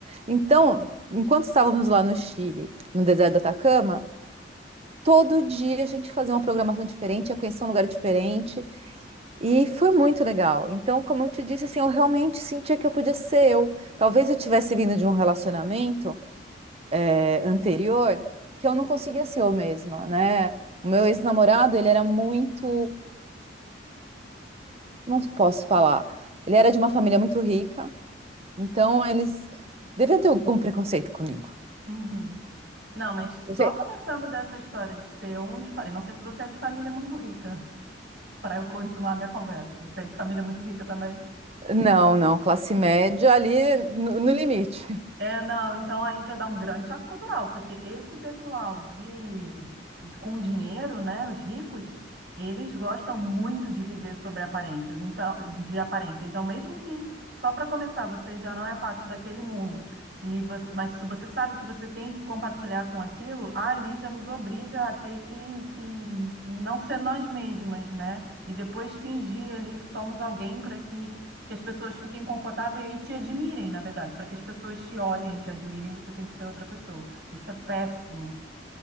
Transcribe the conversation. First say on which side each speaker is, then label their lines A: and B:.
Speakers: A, on the right; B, on the right.
A: Então, enquanto estávamos lá no Chile, no deserto do Atacama, todo dia a gente fazia uma programação diferente, ia conhecer um lugar diferente, e foi muito legal. Então, como eu te disse, assim, eu realmente sentia que eu podia ser eu. Talvez eu tivesse vindo de um relacionamento é, anterior que eu não conseguia ser eu mesma, né? O meu ex-namorado, ele era muito, como eu posso falar? Ele era de uma família muito rica, Então, eles deviam ter algum preconceito comigo.
B: uhum. Não, mas
A: Você...
B: só começando dessa história de ser um de... fa- Eu não sei se você é de família muito rica, para eu continuar a minha conversa. Você é de família muito rica também?
A: Não, não, classe média ali no, no limite.
B: É, não, então aí já dá um grande choque cultural, porque esse pessoal de, de- com dinheiro, né, os ricos, eles gostam muito de viver sobre aparências, então, de aparência. Então, mesmo que só para começar você já não é parte daquele mundo e você, mas se você sabe que você tem que compartilhar com aquilo, ali já nos obriga a ter que, que não ser nós mesmas, né? E depois fingir ali que somos alguém para que que as pessoas fiquem confortáveis e te admirem, na verdade. Para que as pessoas te olhem, te admirem, você tem que ser outra pessoa. Isso é péssimo.